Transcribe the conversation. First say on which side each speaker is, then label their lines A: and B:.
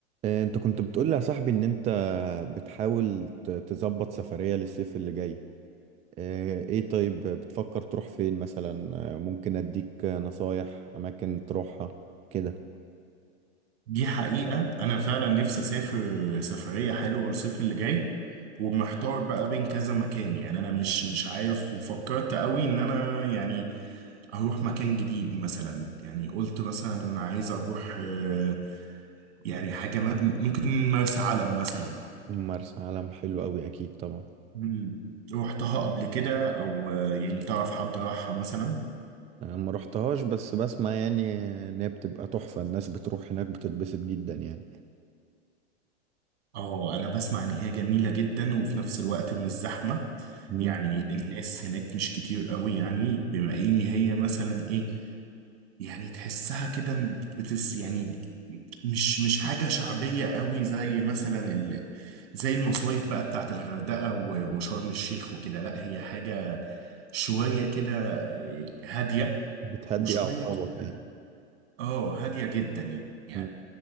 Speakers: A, on the right; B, on the right.
A: آه، انت كنت بتقول لي يا صاحبي ان انت بتحاول ت- تظبط سفرية للصيف اللي جاي آه، ايه طيب بتفكر تروح فين مثلا آه، ممكن اديك نصايح اماكن تروحها كده
B: دي حقيقة أنا فعلا نفسي أسافر سفرية حلوة الصيف اللي جاي ومحتار بقى بين كذا مكان يعني أنا مش مش عارف وفكرت قوي إن أنا يعني أروح مكان جديد مثلا يعني قلت مثلا أنا عايز أروح آه، يعني حاجة م- ممكن مرسى علم مثلا
A: مرسى علم حلو قوي اكيد طبعا
B: مم. روحتها قبل كده أو آه، يعني تعرف حد راحها مثلا
A: انا ما روحتهاش بس بسمع يعني ان هي بتبقى تحفة الناس بتروح هناك بتتبسط جدا يعني
B: اه انا بسمع ان هي جميلة جدا وفي نفس الوقت مش زحمة
A: مم.
B: يعني الناس هناك مش كتير قوي يعني بما ان هي مثلا ايه يعني تحسها كده بتس يعني مش مش حاجة شعبية قوي زي مثلا ال زي المصايف بقى بتاعت الغردقة و- وشرم الشيخ وكده لا هي حاجة شوية كده هادية
A: بتهدي
B: وشوية
A: اعصابك
B: كده
A: يعني
B: اه هادية جدا يعني
A: مم.